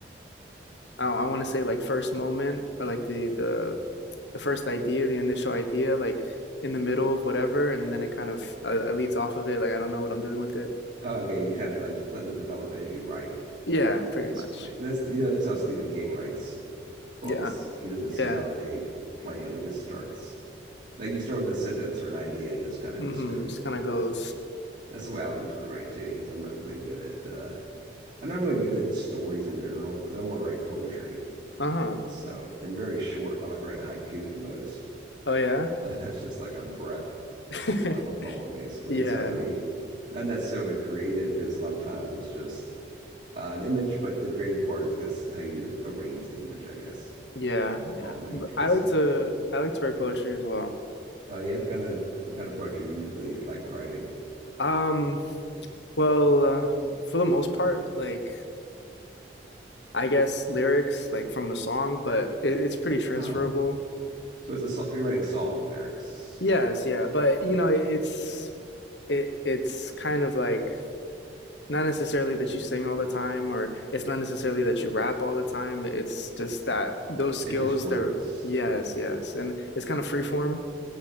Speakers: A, on the left (about 75°); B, on the right (about 50°).
A: I, I want to say like first moment or like the the the first idea, the initial idea, like in the middle of whatever, and then it kind of uh, it leads off of it. Like I don't know what I'm doing with it.
B: Okay. You kind of like let it develop as you write,
A: Yeah, pretty
B: basically.
A: much.
B: And that's, you know, that's how Stephen King writes books.
A: Yeah,
B: He doesn't set
A: yeah.
B: out a plan, he just starts Like you start with a sentence or an idea and just kind of
A: Mm-hmm.
B: just go
A: Just
B: go
A: kind
B: with
A: of goes.
B: it. That's the way I would usually write too, because I'm not really good at uh, I'm not really good at stories in general because I want to write poetry.
A: Uh-huh.
B: So and very short. I like to write a haiku the most. <laughs>
A: Oh yeah.
B: So that's just like a breath
A: <laughs>
B: of a poem basically.
A: Yeah,
B: And it's not really not necessarily creative because a lot of times it's just uh, an image, but the creative part is just how you arrange the image, I guess.
A: yeah,
B: The
A: yeah.
B: poem, how you
A: But
B: place
A: I like
B: it.
A: to I like to write poetry as well.
B: Oh yeah, what kind of what kind of poetry do you usually like writing?
A: Um, well, uh, for the most part, like I guess lyrics like from a song, but it, it's pretty transferable.
B: Ah, So it's a so, You're writing song lyrics.
A: Yes, yeah, but you know, it, it's it it's kind of like not necessarily that you sing all the time or it's not necessarily that you rap all the time. It's just that those skills
B: It's just words.
A: that yes,
B: Okay.
A: yes. And it's kind of free form.